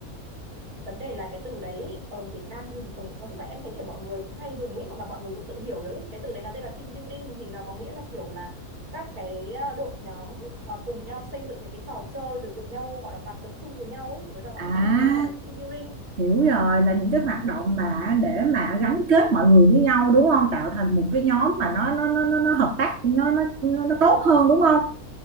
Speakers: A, on the right; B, on the right.
A: vấn đề là cái từ đấy ở Việt Nam thì ở, nói chung là em thấy kiểu mọi người cũng hay dùng ấy mà, mà mọi người cũng tự hiểu đấy cái từ đấy là tên là team building thì nó có nghĩa là kiểu là các cái ờ, đội nhóm ờ, cùng nhau xây dựng những cái trò chơi rồi cùng nhau gọi là hoạt động chung với nhau ấy thì người ta gọi
B: À
A: chung nó là team building
B: hiểu rồi là những cái hoạt động mà để mà gắn kết mọi người với nhau đúng không tạo thành một cái nhóm mà nó nó nó nó, nó hợp tác nó nó nó nó tốt hơn đúng không